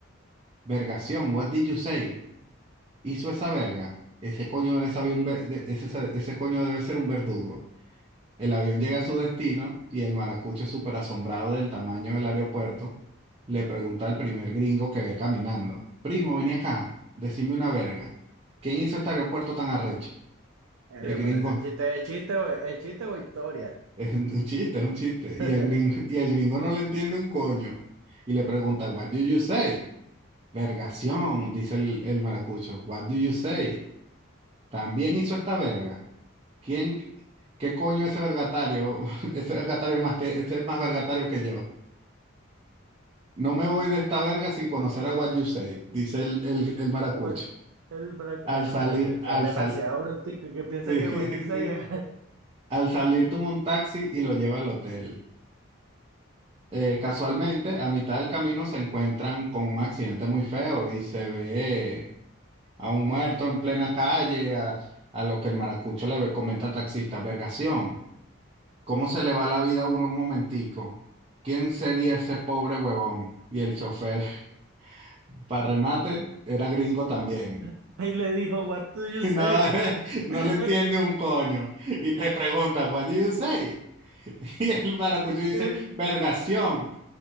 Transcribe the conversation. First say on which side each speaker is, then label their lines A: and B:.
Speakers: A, on the right; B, on the right.
A: Vergación, what did you say? ¿Hizo esa verga? Ese coño debe saber un ver- de- ese, ese coño debe ser un verdugo. El avión llega a su destino y el maracucho, súper asombrado del tamaño del aeropuerto, le pregunta al primer gringo que ve caminando: Primo, vení acá, decime una verga. ¿Quién hizo este aeropuerto tan arrecho?
B: Verga,
A: Y el gringo,
B: pero ese chiste es chiste o es chiste o historia.
A: <laughs> es un chiste, es un chiste. Y
B: <laughs>
A: el gringo, y el gringo no le entiende un coño. Y le pregunta: What do you say? Vergación, dice el, el maracucho. What do you say? También hizo esta verga. ¿Quién, qué coño ese vergatario? <laughs> Ese vergatario más que, ese es más vergatario que yo. No me voy de esta verga sin conocer a What You Say, dice el, el, el maracucho.
B: What- El maracu-
A: Al
B: el
A: salir,
B: maracucho son
A: al
B: demasiado
A: sal,
B: bruticos que piensa
A: <laughs> sí,
B: que what you say
A: sí.
B: es...
A: Al salir toma un taxi y lo lleva al hotel. Eh, casualmente, a mitad del camino se encuentran con un accidente muy feo y se ve a un muerto en plena calle, a, a lo que el maracucho le ve- comenta al taxista, vergación, ¿cómo se le va la vida a uno un momentico? ¿Quién sería ese pobre huevón? Y el chofer, <laughs> para remate, era gringo también.
B: <laughs> Ahí le dijo, what do you
A: Y
B: say?
A: No, <laughs> no
B: <laughs>
A: le entiende un coño. Y le pregunta, What do you say? <laughs> Y el maracucho dice,
B: ¿Qué
A: Vergación.